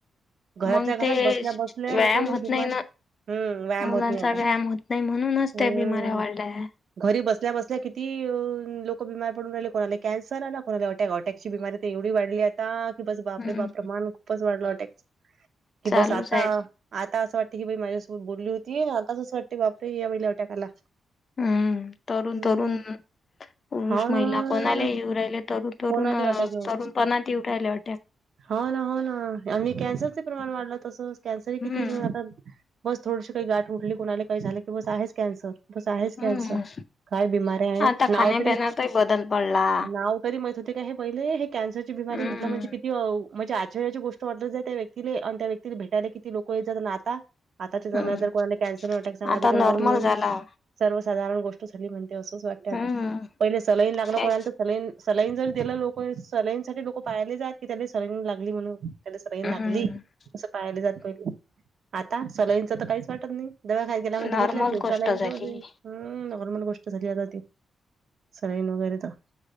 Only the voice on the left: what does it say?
मग ते
व्यायाम
होत नाही ना.
मुलांचा
व्यायाम होत नाही म्हणूनच
त्या बिमाऱ्या वाढल्या्.
हम्म.
चालूच
आहे.
हम्म, तरुन
तरुन. पुरुष
महिला कोणाला येऊ राहिले तरुण तरुण
तरुण पणात येऊन राहिले अटॅक.
हम्म.
हम्म.
आता
खाण्यापिण्यातही
बदल पडला.
हम्म.
हम्म.
आता
नॉर्मल
झाला.
हम्म
काय
हम्म
नॉर्मल
गोष्ट
झाली